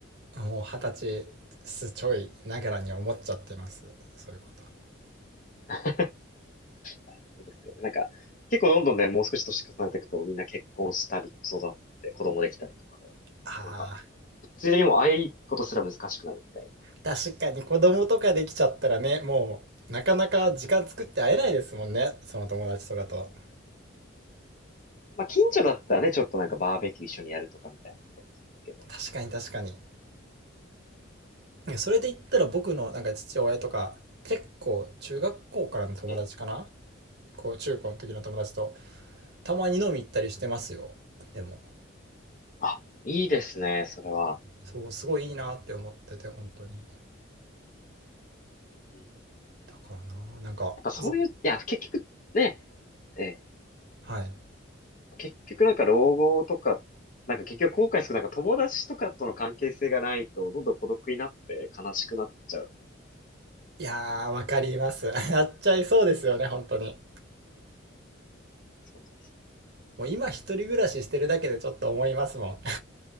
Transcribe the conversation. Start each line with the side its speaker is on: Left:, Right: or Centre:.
Right: もう二十歳すちょいながらに思っちゃってます。そういうこと。
Left: <laughs> いやそうですよね。なんか、結構どんどんね、もう少し年重ねていくと、みんな結婚したり、子育て、子供できたりとかで、
Right: ああ、
Left: なんか、物理的にもああいうことすら難しくなるみたいな。
Right: 確かに子供とかできちゃったらね、もう、なかなか時間作って会えないですもんね、その友達とかと。
Left: まあ、近所だったらね、ちょっとなんかバーベキュー一緒にやるとかみたいなことですけど。
Right: 確かに確かに。それで言ったら僕のなんか父親とか、結構中学校からの友達かな
Left: え、
Right: こう中高の時の友達と、たまに飲み行ったりしてますよ。でも、
Left: あ、いいですね、それは。
Right: そう、すごいいいなって思ってて、本当に。
Left: うんやっ
Right: だからな、なんか、
Left: ぱそういう、
Right: ず
Left: いや、結局ね、え、
Right: はい。
Left: 結局なんか老後とか、なんか結局後悔する、なんか友達とかとの関係性がないと、どんどん孤独になって悲しくなっちゃうと思う。
Right: いやー、わかります。<laughs> やっちゃいそうですよね、本当に。
Left: そうです
Right: もう今一人暮らししてるだけでちょっと思いますもん。